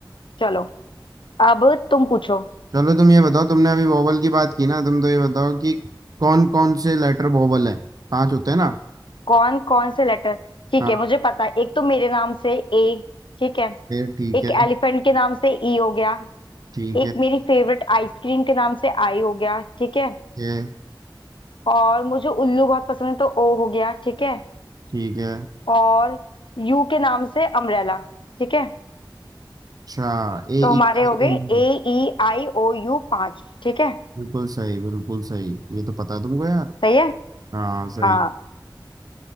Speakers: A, on the left (about 85°); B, on the right (about 50°).
A: चलो अब तुम पूछो
B: चलो तुम ये बताओ तुमने अभी वॉवल की बात की ना तुम तो ये बताओ कि कौन कौन से लेटर वॉवल है पांच होते हैं ना
A: कौन कौन से लेटर ठीक
B: हाँ
A: है मुझे पता है एक तो मेरे नाम से ए ठीक है
B: फिर ठीक
A: एक
B: है
A: एलिफेंट के नाम से ई हो गया
B: ठीक
A: एक
B: है
A: मेरी फेवरेट आइसक्रीम के नाम से आई हो गया ठीक है
B: ठीक है
A: और मुझे उल्लू बहुत पसंद है तो ओ हो गया ठीक है
B: ठीक है
A: और यू के नाम से अम्ब्रेला ठीक है
B: अच्छा A
A: तो हमारे
B: E I
A: हो गए
B: E
A: A E I O U पांच ठीक है
B: बिल्कुल सही बिल्कुल सही ये तो पता है तुमको यार
A: सही है
B: हाँ सही
A: हाँ